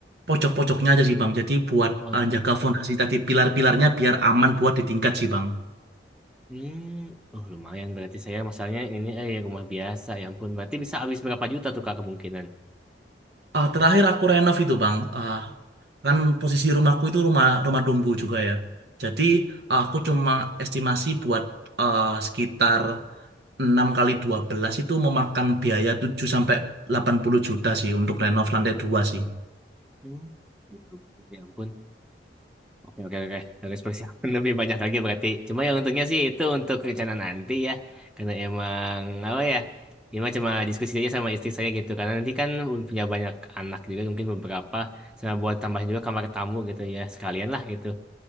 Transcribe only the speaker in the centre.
Oh,
hmm, oh lumayan berarti saya misalnya ini eh rumah biasa, ya ampun berarti bisa habis berapa juta tuh kak kemungkinan?
Mungkin gitu. Bang. Ya ampun. Oke, oke, oke. Harus persiapan <laughs> lebih banyak lagi berarti. Cuma yang untungnya sih itu untuk rencana nanti ya. Karena emang, apa ya, ya emang cuma diskusi aja sama istri saya gitu. Karena nanti kan punya banyak anak juga, mungkin beberapa. Sama buat tambah juga kamar tamu gitu ya. Sekalian lah gitu.